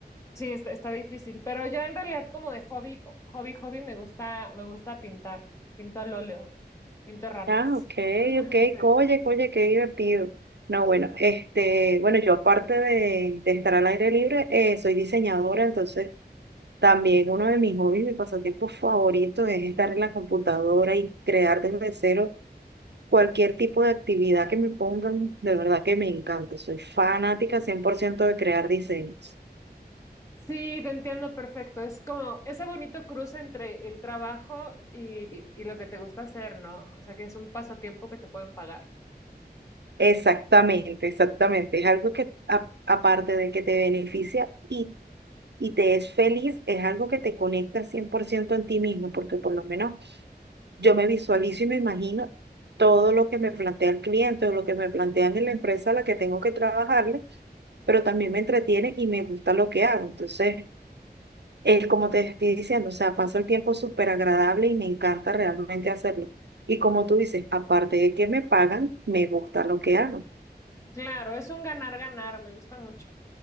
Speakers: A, on the left; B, on the right.
A: sí, está, está difícil, pero yo en realidad como de hobby, co- hobby, hobby me gusta, me gusta pintar, pinto al óleo, pinto ranas.
B: Ah, ok,
A: <laughs>
B: ok,
A: Sí.
B: oye, oye, qué divertido. No, bueno, este, bueno, yo aparte de, de estar al aire libre, eh, soy diseñadora, entonces también uno de mis hobbies, mi pasatiempo favorito es estar en la computadora y crear desde cero cualquier tipo de actividad que me pongan, de verdad que me encanta. Soy fanática 100% de crear diseños.
A: Sí, te entiendo perfecto. Es como ese bonito cruce entre el trabajo y, y lo que te gusta hacer, ¿no? O sea, que es un pasatiempo que te pueden pagar.
B: Exactamente, exactamente. Es algo que, a- aparte de que te beneficia y, y te es feliz, es algo que te conecta 100% en ti mismo, porque por lo menos yo me visualizo y me imagino todo lo que me plantea el cliente o lo que me plantean en la empresa a la que tengo que trabajarle, pero también me entretiene y me gusta lo que hago. Entonces, es como te estoy diciendo, o sea, paso el tiempo súper agradable y me encanta realmente hacerlo. Y como tú dices, aparte de que me pagan, me gusta lo que hago.
A: Claro, es un ganar-ganar, me gusta mucho.